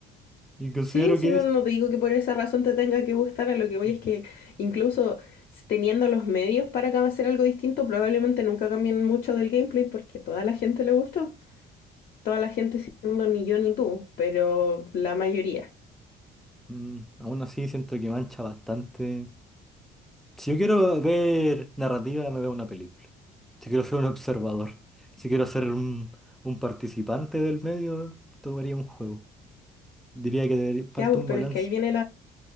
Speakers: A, in the centre; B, on the left (about 55°).
A: Y considero
B: Sí, si
A: que
B: no,
A: es...
B: no te digo que por esa razón te tenga que gustar, a lo que voy
A: eh,
B: es que incluso s- teniendo los medios para ca- hacer algo distinto, probablemente nunca cambien mucho del gameplay porque toda la gente le gustó. Toda la gente siendo ni yo ni tú, pero la mayoría.
A: mm, aún así siento que mancha bastante Si yo quiero ver narrativa, me veo una película. Si quiero ser un observador. Si quiero ser un, un participante del medio, tomaría un juego. Diría que debería- falta
B: Ya, pues,
A: un
B: pero
A: balance.
B: es que ahí viene